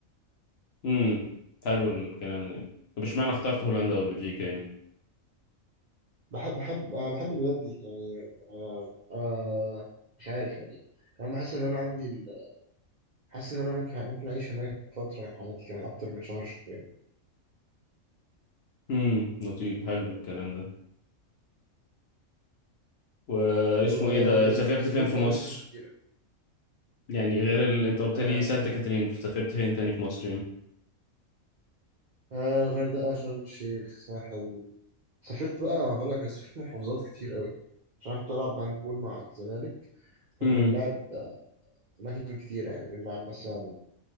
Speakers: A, on the left; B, on the right.
A: امم حلو الكلام ده يعني. طب اشمعنى اخترت هولندا
B: امم
A: أو بلجيكا يعني
B: بحب بحب آه، بحب البلاد دي يعني آه، آه، مش عارف يعني كمان بحس ان انا عندي ال- حاسس ان انا ممكن ممكن اعيش هناك فتره من حياتي كمان اكتر من شهر شهرين
A: امم لطيف حلو الكلام ده واسمه
B: طب آه،
A: ايه ده
B: انت
A: سافرت
B: سافرت
A: فين في مصر
B: اماكن كتيره
A: يعني غير ال... انت قلت
B: آه
A: لي سانت كاترين سافرت فين تاني في مصر يعني
B: آه غردقة شرم الشيخ ساحل سافرت بقى هقول لك انا سافرت محافظات كتير قوي عشان أنا كنت بلعب هاند بول مع الزمالك فكنا
A: امم
B: بنلعب اماكن كتيره يعني بنلعب مثلا